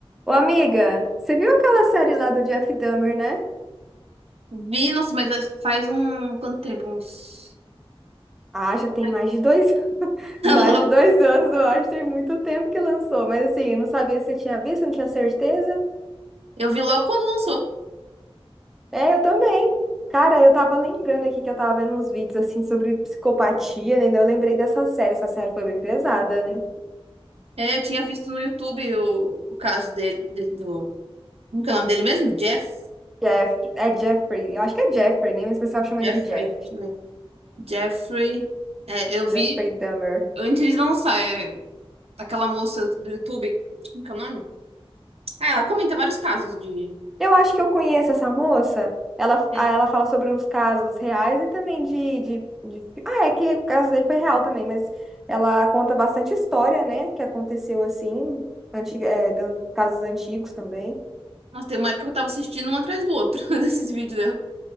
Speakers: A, in the centre; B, on the right.
A: Ô, amiga, você viu aquela série lá do Jeff Dahmer, né?
B: Vi, nossa, mas faz um. Quanto tempo? Uns.
A: Ah, já tem
B: <laughs>
A: mais de dois, <laughs> mais
B: Logo.
A: de dois anos, eu acho, tem muito tempo que lançou. Mas assim, eu não sabia se você tinha visto, eu não tinha certeza.
B: Eu vi logo quando lançou.
A: É, eu também. Cara, eu tava lembrando aqui que eu tava vendo uns vídeos assim sobre psicopatia, né? Daí eu lembrei dessa série. Essa série foi bem pesada, né?
B: É, eu tinha visto no YouTube o, o caso dele, dele- do. Como que é o nome dele mesmo? Jeff.
A: Jeff, é Jeffrey, eu acho que é Jeffrey, né? Mas o pessoal chama
B: Jeffrey.
A: ele de Jeff.
B: Deixa eu ver. Jeffrey. É, eu
A: Jeffrey
B: vi
A: Dahmer.
B: antes de lançar. É, aquela moça do YouTube. Como que é o nome? Ah, ela comenta vários casos de.
A: Eu acho que eu conheço essa moça. Ela,
B: Hum.
A: ah, ela fala sobre uns casos reais e também de, de, de- Ah, é que o caso dele foi real também, mas ela conta bastante história, né? Que aconteceu assim, antiga, é, da- casos antigos também,
B: Nossa, tem uma época que eu tava assistindo um atrás do outro <laughs> desses vídeos dela.